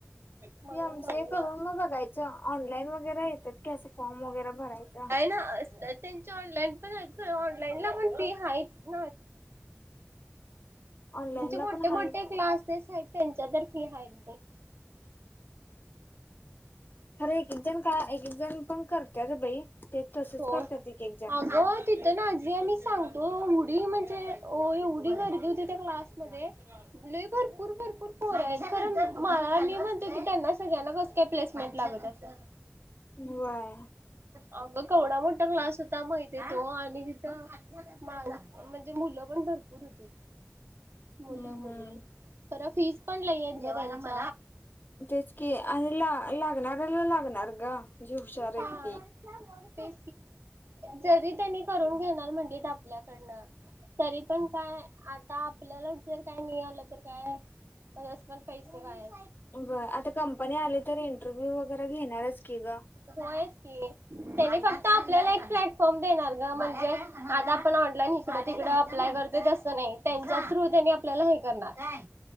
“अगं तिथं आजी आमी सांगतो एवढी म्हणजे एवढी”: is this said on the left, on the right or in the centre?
Right